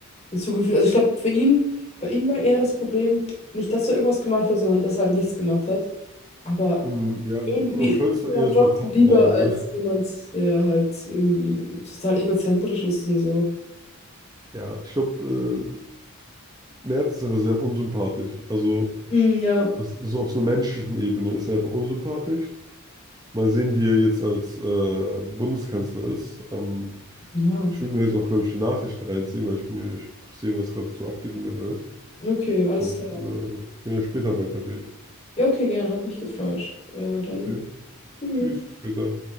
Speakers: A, on the left; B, on the right.
A: hinzugefügt. Also ich glaube, für ihn bei ihm war eher das Problem, nicht, dass er irgendwas gemacht hat, sondern dass er halt nichts gemacht hat. Aber
B: Mhm. Ja,
A: irgendwie
B: Olaf Scholz
A: ist es
B: war
A: mir
B: eher
A: dann
B: so
A: trotzdem
B: eine Pappnase.
A: lieber als jemand, der halt irgendwie total egozentrisch ist und so.
B: Ja, ich glaube, äh, Merz ist einfach sehr unsympathisch. Also,
A: Hm, ja.
B: das, so auf so einer menschlichen Ebene ist er einfach unsympathisch. Mal sehen, wie er jetzt als äh, Bundeskanzler ist. Ähm,
A: Ja,
B: ich würde mir jetzt auch, glaube ich, die Nachrichten reinziehen, weil ich mich interessiere, was gerade so abgeht in der Welt.
A: okay, alles
B: Und
A: klar.
B: äh, wir können ja später weiterreden.
A: Ja, okay, gern, hat mich gefreut. Äh, dann
B: Okay,
A: tschüss.
B: tschüss, bis später.